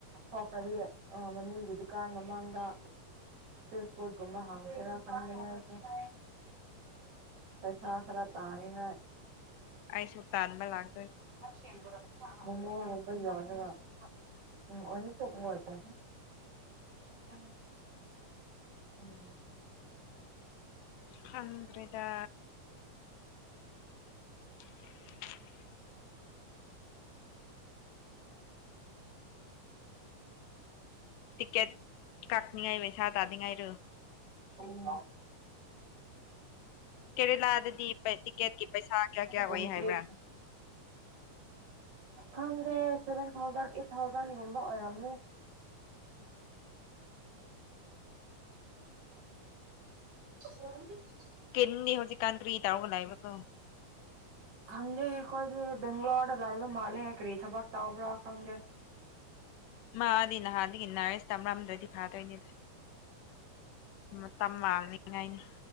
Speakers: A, on the right (about 65°); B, on the left (about 85°).
A: ꯊꯣꯛꯈꯔꯗꯤ ꯑꯥ ꯃꯃꯤꯒꯤ ꯗꯨꯀꯥꯟ ꯃꯃꯥꯡꯗ ꯐꯔꯤꯁ ꯐꯨꯔ ꯒꯨꯝꯕ ꯍꯥꯡꯁꯦꯔꯥ ꯈꯪꯅꯤꯡꯉꯥꯏ ꯄꯩꯁꯥ ꯈꯔ ꯇꯥꯅꯤꯡꯉꯥꯏ
B: ꯑꯩꯁꯨ ꯇꯥꯥꯟꯕ ꯂꯥꯛ
A: <inaudible> ꯃꯣꯃꯣ ꯒꯨꯝꯕ ꯌꯣꯟꯅꯕ <unintelligible>
B: ꯈꯪꯗ꯭ꯔꯦꯗ <unintelligible> ꯇꯤꯀꯦꯠ ꯀꯥꯛꯅꯤꯡꯉꯥꯏ ꯄꯩꯁꯥꯇꯗꯤꯉꯥꯏꯔꯣ
A: ꯎꯝ
B: ꯀꯦꯔꯦꯂꯥꯗꯗꯤ ꯄꯩ ꯇꯤꯛꯀꯦꯠꯀꯤ ꯄꯩꯁꯥ ꯀꯌꯥ ꯀꯌꯥ ꯑꯣꯏ
A: ꯀꯝꯄ꯭ꯂꯤꯠ
B: ꯍꯥꯏꯕ꯭ꯔꯥ
A: ꯈꯪꯗꯦ ꯁꯚꯦꯟ ꯊꯥꯎꯖꯟ ꯑꯩꯏꯠ ꯊꯥꯎꯖꯟꯒꯨꯝꯕ ꯑꯣꯏꯔꯝꯅꯤ <inaudible>
B: ꯀꯤꯟꯗꯤ ꯍꯧꯖꯤꯛꯀꯥꯟ ꯀꯔꯤ ꯇꯥꯎꯕ ꯂꯩꯕꯀꯣ
A: ꯈꯪꯗꯦ ꯑꯩꯈꯣꯏꯗꯤ ꯕꯦꯡꯒ꯭ꯂꯣꯔꯗ ꯂꯥꯛꯕ ꯃꯥꯜꯂꯦ ꯀꯔꯤ ꯊꯕꯛ ꯇꯧꯕ꯭ꯔꯥ ꯈꯪꯗꯦ
B: ꯃꯥꯗꯤ ꯅꯍꯥꯟꯗꯒꯤ ꯅꯥꯔꯁ ꯇꯝꯔꯝꯗ꯭ꯔꯗꯤ ꯐꯥꯗꯣꯏꯅꯤꯗ ꯃꯇꯝ ꯃꯥꯡꯅꯤꯡꯉꯥꯏꯅꯤ